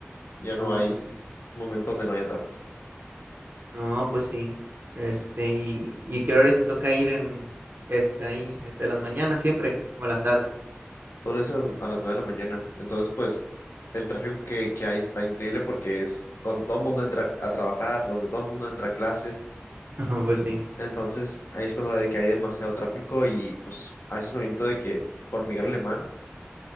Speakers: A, on the left (about 80°); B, on the right (about 55°).
A: ya
B: No,
A: no hay
B: pues sí,
A: un momento donde no haya tráfico.
B: no, pues sí, este, y, y que ahora te toca ir en, este, ahí, este, las mañanas siempre, o a las tardes,
A: Todo eso a las a las nueve de la mañana, entonces pues el tráfico que, que hay está increíble porque es donde todo el mundo entra a trabajar, donde todo el mundo entra a clases,
B: <laughs> pues sí.
A: entonces ahí es cuando de que hay demasiado tráfico y pues a veces me aviento de que por Miguel Alemán,